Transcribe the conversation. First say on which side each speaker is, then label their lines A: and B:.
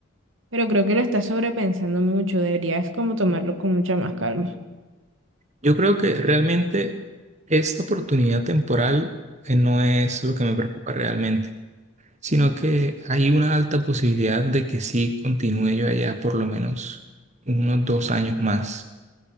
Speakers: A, on the right; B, on the right.
A: Pero creo que lo estás sobrepensando mucho, deberías como tomarlo con mucha más calma.
B: Yo creo que realmente esta oportunidad temporal eh, no es lo que me preocupa realmente, sino que hay una alta posibilidad de que sí continúe yo allá por lo menos unos dos años más.